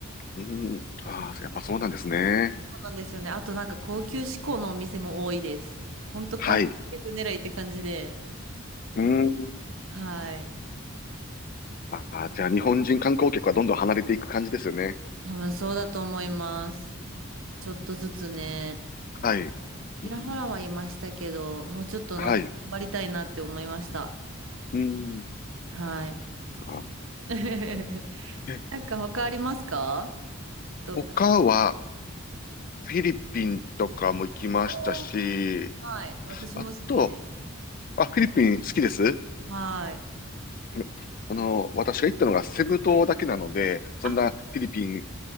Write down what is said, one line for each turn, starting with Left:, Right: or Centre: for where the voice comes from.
Left: うん、ああ、
Right: うん
Left: やっぱそうなんですね。
Right: そうなんですよね。あとなんか高級志向のお店も多いです。ほんと観光客狙いって感じで、
Left: はい。うん。
Right: はい。
Left: ああ、じゃあ日本人観光客はどんどん離れていく感じですよね。
Right: 多分そうだと思います。ちょっとずつね、
Left: はい。
Right: ちらほらはいましたけど、
Left: うん、
Right: もうちょっとなんか頑張りたいなって思いました。
Left: はい。うん。
Right: はい。
Left: あ、
Right: <laughs>
Left: え、
Right: なんか他ありますかとか。
Left: 他は、フィリピンとかも行きましたし、
Right: おー、はい。私も好きで。
Left: あと、あ、フィリピン好きです
Right: はい。
Left: あの、あの私が行ったのがセブ島だけなので、そんなフィリピン
Right: あ、